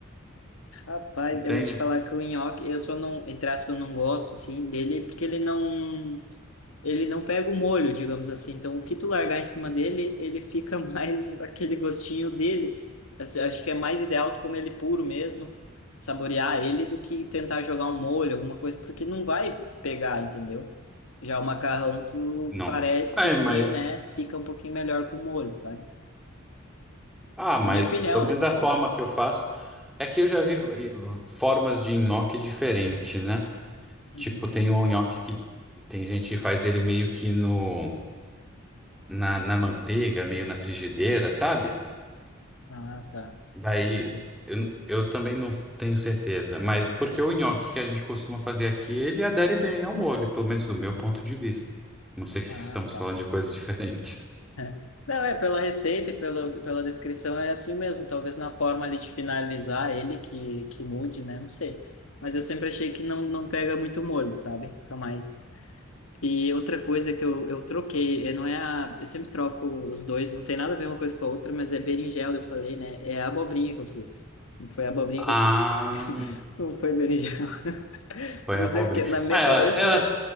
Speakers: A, on the left; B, in the centre.
A: Rapaz,
B: entende?
A: eu vou te falar que o nhoque, eu só não, entre aspas, não gosto, assim, dele, porque ele não... ele não pega o molho, digamos assim. Então, o que tu largar em cima dele, ele fica mais <laughs> aquele gostinho deles. Assim, Acho que é mais ideal tu comer ele puro mesmo, saborear ele, do que tentar jogar um molho, alguma coisa, porque não vai pegar, entendeu? Já o macarrão, tu
B: Não.
A: parece
B: É, mas.
A: que, né, fica um pouquinho melhor com molho, sabe?
B: Ah, mas
A: Na minha opinião,
B: pelo
A: né?
B: menos da
A: Então,
B: forma que eu faço. É que eu já vi eh, formas de nhoque diferente, né?
A: Uhum.
B: Tipo, tem um nhoque que tem gente que faz ele meio que no, na, na manteiga, meio na frigideira, sabe?
A: Ah, tá.
B: Daí,
A: Não sei.
B: eu, eu também não tenho certeza, mas porque o nhoque que a gente costuma fazer aqui, ele adere bem ao molho, pelo menos do meu ponto de vista. Não sei se
A: Ah,
B: estamos
A: tá.
B: falando de coisas <laughs> diferentes.
A: É. Não, é pela receita e pela, pela descrição é assim mesmo. Talvez na forma ali de finalizar ele que, que mude, né? Não sei. Mas eu sempre achei que não, não pega muito molho, sabe? Fica mais. E outra coisa que eu, eu troquei, é, não é a. Eu sempre troco os dois, não tem nada a ver uma coisa com a outra, mas é berinjela, eu falei, né? É a abobrinha que eu fiz. Foi a abobrinha
B: Ah,
A: que eu fiz. Não foi berinjela. <laughs>
B: foi
A: Eu não
B: a abobrinha.
A: sei porque, na minha
B: Ah, ela-
A: cabeça,
B: elas,